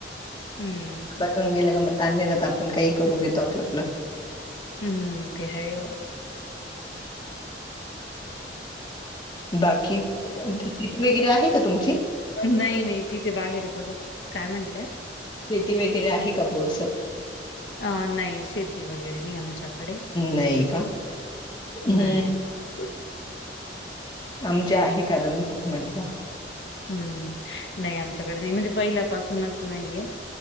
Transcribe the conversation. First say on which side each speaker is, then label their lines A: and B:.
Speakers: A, on the left; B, on the left.
A: हम्म
B: घेऊन गेलं का? ताण नाही देत आपण काही करून घेतो आपलं. आपलं.
A: हम्म ते आहे
B: बाकी, <unintelligible> वगैरे आहे का तुमची
A: नाही नाही तिथे, बाहेर आहे, बघा काय म्हंटले?
B: शेती वगैरे आहे का बोस
A: अ नाही शेती वगैरे नाही आमच्याकडे
B: नाही का?
A: नाही.
B: हं,
A: तर
B: आमच्या आहे कारण म्हंटलं
A: हम्म, नाही आमच्याकडे नाही म्हणजे, पहिल्यापासूनच नाहीये.